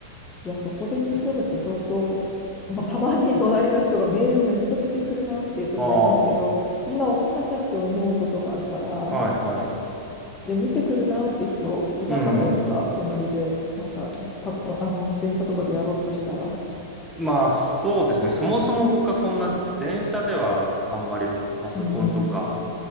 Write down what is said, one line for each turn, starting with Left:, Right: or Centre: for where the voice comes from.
Left: いや、そこで盗むって相当、まあ、たまに隣の人がメールめっちゃ見てくるなっていう時ありますけど、
Centre: ああ。は
Left: 今送んなきゃって思うことがあるから、
Centre: い。はい。
Left: で、見てくるなって人いなかったですか隣で、
Centre: うん。
Left: なんかパソコン、あの、電車とかでやろうとしたら。
Centre: まあそうですね。そもそも僕はそんな電車ではあんまりパソコンとか
Left: うん、う